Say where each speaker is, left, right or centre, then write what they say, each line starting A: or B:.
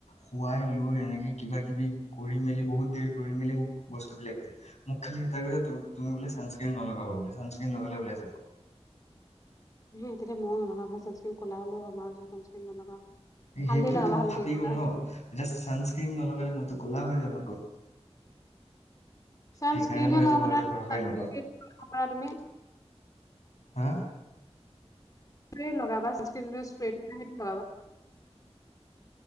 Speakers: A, on the left (about 85°); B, on the left (about 30°).
A: শুৱাই লৈ এনেকে কিবা কিবি কৰি মেলি বহুত দেৰি কৰি মেলি মোক বস্তু বিলাক দিছে। মোক খালি এটা কৈছে তুমি বোলে ছানস্ক্ৰিন নলগাবা বোলে ছানস্ক্ৰিন লগালে ওলাই যাব।
B: হে তেতিয়া ময়ো নলগাও ভাই ছানস্ক্ৰিন কলা হলে হ'ম মই যে ছানস্ক্ৰিন নলগাও।
A: এ
B: হালধি
A: সেইটোয়েটো
B: লগাবা
A: মোৰ
B: হালধি
A: ফাটি
B: ক'লা
A: গ'ল
B: হৈ
A: ন।
B: যাবা।
A: এতিয়া ছানস্ক্ৰিন নলগালে মইতো কলা হৈ যাম আকৌ।
B: চানস্ক্ৰীনহে
A: সেইকাৰণে মই সেইটো
B: লগাব
A: ভয়তে
B: নোৱাৰা
A: ঘৰৰ পৰাই
B: ছানস্ক্ৰীন
A: নলাও।
B: লগাবা তুমি
A: হা
B: স্প্ৰে লগাবা ছানস্ক্ৰিন যিটো স্প্ৰেটো পায় সেইটো লগাবা।